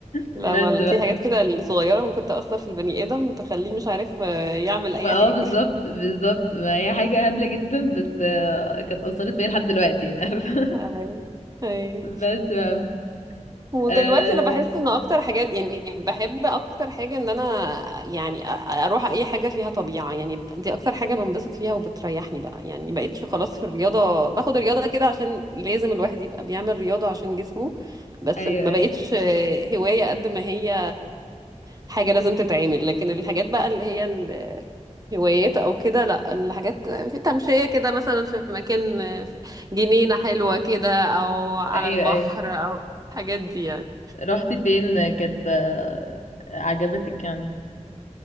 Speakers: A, on the left; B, on the right.
A: بس
B: لا ما في حاجات كده الصغيره ممكن تاثر في البني ادم تخليه مش عارف آه، يعمل
A: ما
B: اي حاجه
A: اه بالظبط بالظبط ما هي حاجة هبلة جدا بس آه، كانت أثرت فيا لحد دلوقتي يعني <laughs>
B: ايوه ايوه
A: بس بقى
B: ودلوقتي
A: آه
B: انا بحس ان اكتر حاجات يعني بحب اكتر حاجه ان انا يعني أ- اروح اي حاجه فيها طبيعه يعني دي اكتر حاجه بنبسط فيها وبتريحني بقى يعني مبقتش خلاص في الرياضه باخد الرياضه كده عشان لازم الواحد يبقى بيعمل رياضه عشان جسمه بس
A: أيوه
B: ما
A: أيوه
B: بقتش آه، هوايه قد ما هي حاجة لازم تتعمل لكن الحاجات بقى اللي هي الهوايات أو كده لأ الحاجات في تمشية كده مثلا في مكان في جنينة حلوة كده أو على
A: أيوه
B: البحر
A: أيوه
B: أو الحاجات دي يعني
A: رحتي فين كانت آه، عجبتك يعني